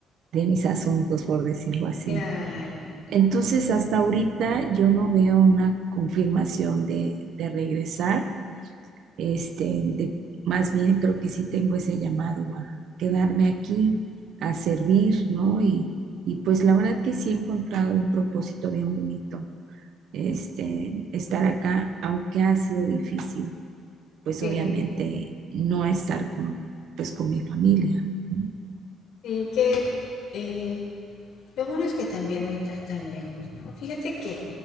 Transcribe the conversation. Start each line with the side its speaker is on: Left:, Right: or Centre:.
Right: de mis asuntos, por decirlo así.
Left: Claro,
Right: Entonces, hasta ahorita yo no veo una confirmación de, de regresar. Este, de, más bien creo que sí tengo ese llamado a quedarme aquí, a servir, ¿no? Y, y pues la verdad que sí he encontrado un propósito bien bonito, este, estar acá, aunque ha sido difícil, pues
Left: sí,
Right: obviamente no estar con, pues con mi familia. ¿no?
Left: sí que eh, lo bueno es que también no estás tan lejos, ¿no? Fíjate que,